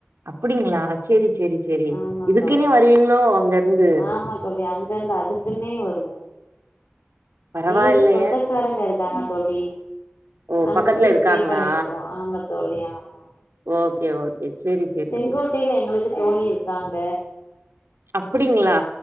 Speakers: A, on the right (about 90°); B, on the left (about 75°).
A: அப்டிங்களா சேரி சேரி சேரி
B: ஆமா
A: இதுக்குன்னே
B: தோழி
A: வருவீங்களோ அங்க இருந்து
B: ஆமா தோழி அங்கந்து அதுக்குன்னே வருவோ
A: பரவாயில்லையே
B: எங்களுக்கு சொந்தக்காரங்க இருக்காங்க தோழி
A: ஓ
B: அங்க
A: பக்கத்துல
B: போய்
A: இருக்காங்களா
B: ஸ்டே பண்ணிக்கிடுவோ ஆமா தோழி ஆமா
A: ஓகே ஓகே சேரி சேரி
B: செங்கோட்டைல
A: சேரி
B: எங்களுக்கு தோழி இருக்கு காங்க
A: அப்டிங்களா